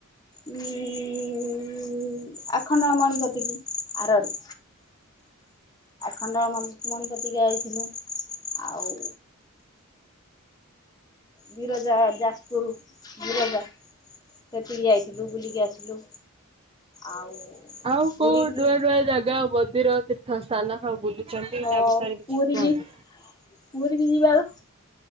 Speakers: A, on the left (about 20°); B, on the right (about 25°).
A: ଉଁ ଆଖଣ୍ଡଳମଣି କତିକି, ଆରଡ଼ି। ଆଖଣ୍ଡଳମଣି ମଣି କତିକି ଆଇଥିନୁ, ଆଉ ବିରଜା ଯାଜପୁର ବିରଜା। ସେଠିକି ଯାଇଥିଲୁ, ବୁଲିକି ଆସିଲୁ। ଆଉ
B: ଆଉ
A: ପୁରୀକି
B: କୋଉ ନୂଆ ନୂଆ ଜାଗା ମନ୍ଦିର ତୀର୍ଥ ସ୍ଥାନ ସବୁ ବୁଲିଛନ୍ତି
A: ହଁ,
B: ତା ବିଷୟରେ କିଛି
A: ପୁରି
B: କୁହନ୍ତୁ?
A: ପୁରି ବି ଯିବାର